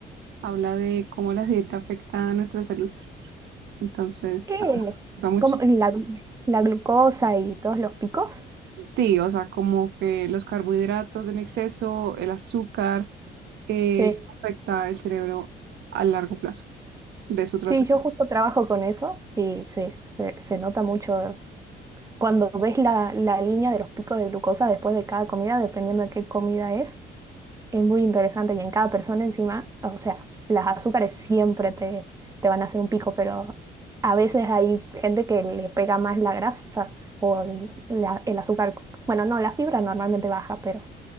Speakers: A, on the right (about 65°); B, on the right (about 15°).
A: Habla de cómo la dieta afecta a nuestra salud. Entonces,
B: Eh,
A: ah, me gusta mucho.
B: ¿cómo, la, glu- la glucosa y todos los picos?
A: Sí, o sea, como que los carbohidratos en exceso, el azúcar, eh,
B: Sí.
A: afecta el cerebro a largo plazo. De eso trata.
B: Sí, yo justo trabajo con eso y sí, se, se nota mucho cuando ves la, la línea de los picos de glucosa después de cada comida, dependiendo de qué comida es. Es muy interesante y en cada persona encima, o sea, las azúcares siempre te, te van a hacer un pico, pero a veces hay gente que le pega más la grasa o el, la- el azúcar. Bueno, no, la fibra normalmente baja, pero